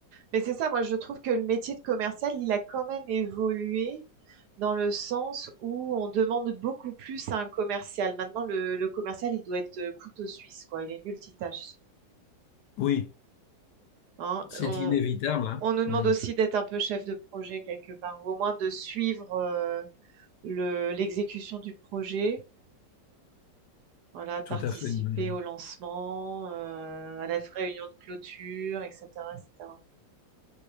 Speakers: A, on the right (about 70°); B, on the left (about 70°).
A: Mais c'est ça, moi je trouve que le métier de commercial, il a quand même évolué dans le sens où on demande beaucoup plus à un commercial. Maintenant, le, le commercial, il doit être euh, couteau suisse, quoi. Il est multitâche.
B: Oui,
A: hein.
B: c'est
A: On,
B: inévitable, hein.
A: on nous demande
B: Mm.
A: aussi d'être un peu chef de projet quelque part, ou au moins de suivre euh, le, l'exécution du projet. Voilà, de
B: tout
A: participer
B: à fait. Mm.
A: au lancement, euh, à la réunion de clôture, etc., etc.